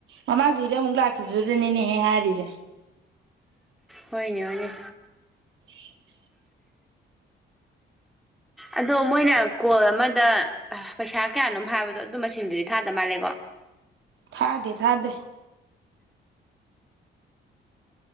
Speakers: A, on the right; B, in the centre.
A: ꯃꯃꯥ ꯗꯨꯑꯦ ꯂꯥꯛꯈꯤꯕꯤꯗꯨꯗꯅꯤꯅꯦꯍꯦ ꯍꯥꯏꯔꯤꯖꯦ
B: ꯍꯣꯏꯅꯦ ꯍꯣꯏꯅꯦ
A: <unintelligible>
B: ꯑꯗꯣ ꯃꯣꯏꯅ ꯀꯣꯜ ꯑꯃꯗ ꯄꯩꯁꯥ ꯀꯌꯥꯅꯣꯝ ꯍꯥꯏꯕꯗꯣ ꯑꯗꯨ ꯃꯁꯤꯡꯗꯨꯗꯤ ꯊꯥꯗ ꯃꯥꯜꯂꯦꯀꯣ
A: ꯊꯥꯗꯦ ꯊꯥꯗꯦ